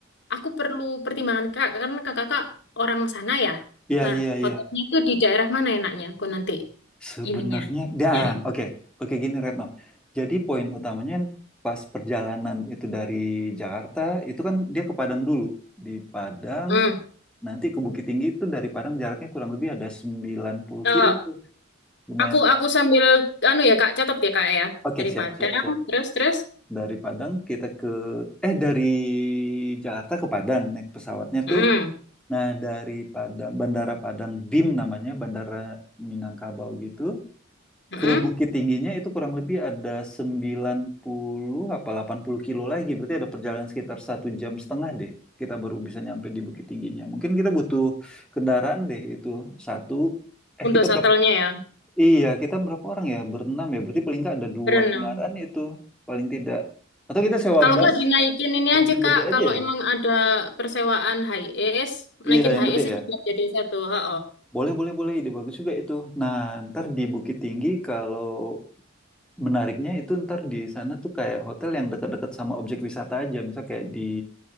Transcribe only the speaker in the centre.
iya,
iya, iya.
Sebenarnya,
dan
oke, oke gini Retno. Jadi poin utamanya pas perjalanan itu dari Jakarta, itu kan dia ke Padang dulu. Di Padang,
nanti ke Bukit Tinggi itu dari Padang jaraknya kurang lebih ada sembilan puluh
kilo tuh. Lumayan
Oke,
siap,
siap, siap.
Dari Padang kita ke eh dari Jakarta ke Padang naik pesawatnya
tuh. Nah, dari Padang, Bandara Padang BIM namanya, Bandara Minangkabau gitu.
Ke Bukit Tingginya itu kurang lebih ada sembilan puluh apa delapan puluh kilo lagi. Berarti ada perjalanan sekitar satu jam setengah deh. Kita baru bisa nyampe di Bukit Tingginya. Mungkin kita butuh kendaraan deh itu satu. Eh,
kita
berapa?
Iya, kita berapa orang ya? Berenam ya. Berarti paling nggak ada dua
kendaraan itu paling tidak. Atau kita sewa
bus,
bus
yang
gede aja
ya?
Iya,
yang
gede
ya.
Boleh, boleh, boleh. Ide bagus juga itu. Nah, ntar di Bukit Tinggi kalau menariknya itu ntar di sana tuh kayak hotel yang dekat-dekat sama objek wisata aja. Misal kayak di